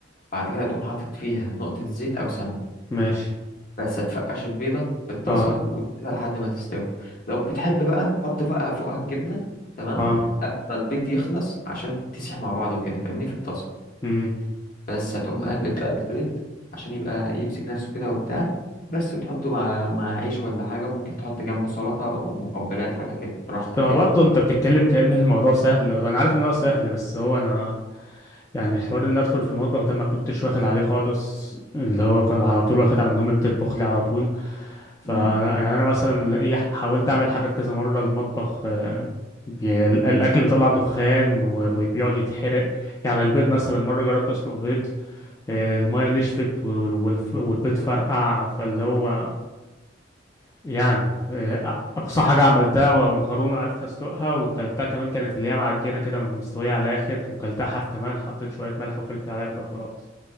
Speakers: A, on the left; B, on the left.
A: بعد كده تقوم حاطط فيها نقطة زيت أو سمن
B: ماشي
A: بس هتفقش البيضة في الطاسة
B: اه
A: وتسيبها لحد ما تستوي لو بتحب بقى حط بقى فوقها الجبنة تمام
B: اه
A: قبل ما البيض يخلص عشان تسيح مع بعضه كده فاهمني في الطاسة
B: امم
A: بس هتقوم مقلب بقى البيض عشان يبقى يمسك نفسه كده وبتاع بس وتحطه مع مع عيش ولا حاجة وممكن تحط جنبه سلطة ومقبلات حاجة كده براحتك
B: هو
A: يعني
B: برضه انت بتتكلم كأن الموضوع سهل هو انا عارف ان هو سهل بس هو انا يعني الحوار ان ادخل في المطبخ ده ما كنتش واخد عليه خالص اللي هو كان على طول واخد على ان امي بتطبخ لي على طول فانا
A: مم.
B: يعني انا مثلا ايه حاولت اعمل حاجات كذا مرة المطبخ آه، بي- الاكل بيطلع دخان وبيقعد يتحرق يعني البيض مثلا مرة جربت اسلق بيض آه، المية نشفت وال- والف- والبيض فرقع فاللي هو يعني آه، اقصى حاجه عملتها مكرونه عرفت اسلقها وكلتها كمان كانت اللي هي معجنه كده مستويه على الاخر وكلتها حاف كمان حطيت شويه ملح وفلفل عليها كده وخلاص